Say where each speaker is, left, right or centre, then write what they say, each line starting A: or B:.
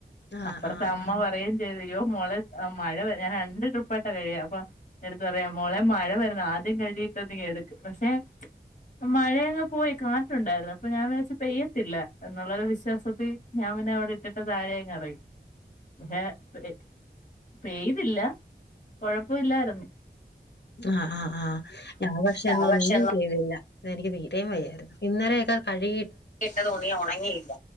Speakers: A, on the left; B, on the left.
A: ആഹ്
B: അപ്പുറത്തെ
A: ആഹ്
B: അമ്മ
A: ആഹ്.
B: പറയുകയും ചെയ്ത് യ്യോ മോളെ മഴ വര് ഞാൻ രണ്ട് ട്രിപ്പായിട്ടാ കഴുകിയ അപ്പൊ എന്റടുത്ത് പറയാ മോളെ മഴ വരുന്ന് ആദ്യം കഴി കിട്ടത് നീ എടുക്ക് പക്ഷേ മഴയങ് പോയി കാറ്റുണ്ടായിരുന്നു അപ്പൊ ഞാൻ വിചാരിച്ച് പെയ്യത്തില്ല എന്നുള്ളൊരു വിശ്വാസത്തി ഞാൻ പിന്നെ അവിടെ ഇട്ടിട്ട് താഴെയങ്ങ് ഇറങ്ങി പെയ്തില്ല കൊഴപ്പവില്ലായിരുന്നു
A: ആഹ് ആഹ് ആഹ് ഞങ്ങള് പക്ഷേ
B: ഞാൻ
A: ഇന്ന് ഒന്നും
B: പക്ഷെ
A: ചെയ്തില്ല. ഇന്നെനിക്ക് തീരേം വയ്യാര്ന്നു ഇന്നലെയൊക്കെ കഴ്‌കി
B: കിട്ട തുണി ഒണങ്ങില്ല